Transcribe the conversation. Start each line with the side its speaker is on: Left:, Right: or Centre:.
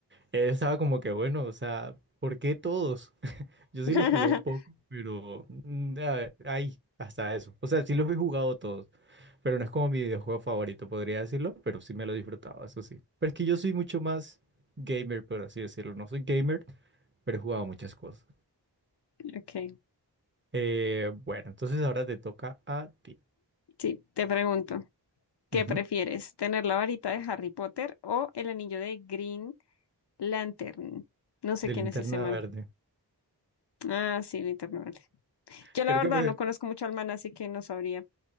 Right: Estaba como que bueno, o sea, ¿por qué todos? <laughs> Yo sí
Left: <laughs>
Right: lo jugué un poco, pero mm, a ver, ahí, hasta eso. O sea, sí los he jugado todos, pero no es como mi videojuego favorito, podría decirlo, pero sí me lo disfrutaba, eso sí. Pero es que yo soy mucho más gamer, por así decirlo. No soy gamer, pero he jugado muchas cosas.
Left: Ok,
Right: Eh, bueno, entonces ahora te toca a ti.
Left: sí, te pregunto, ¿qué
Right: Ujú,
Left: prefieres? ¿Tener la varita de Harry Potter o el anillo de Green Lantern? No sé
Right: De
Left: quién
Right: linterna
Left: es ese man.
Right: verde.
Left: Ah, sí, Linterna Verde. Yo
Right: Creo
Left: la verdad
Right: que pre-
Left: no conozco mucho al man, así que no sabría.